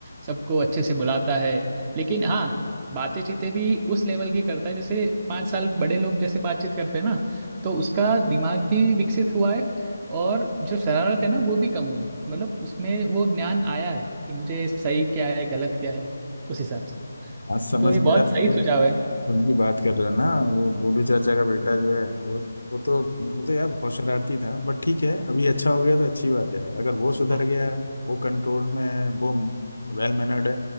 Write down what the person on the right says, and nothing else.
सबको अच्छे से बुलाता है लेकिन हाँ बातें चीतें भी उस लेवल की करता है जैसे पाँच साल बड़े लोग जैसे बातचीत करते हैं ना तो उसका दिमाग भी विकसित हुआ है और जो शरारत है ना वो भी कम हुई मतलब उसमें वो ज्ञान आया है कि मुझे सही क्या है गलत क्या है उस हिसाब से
तो ये बहुत
सही
सुझाव है
हाँ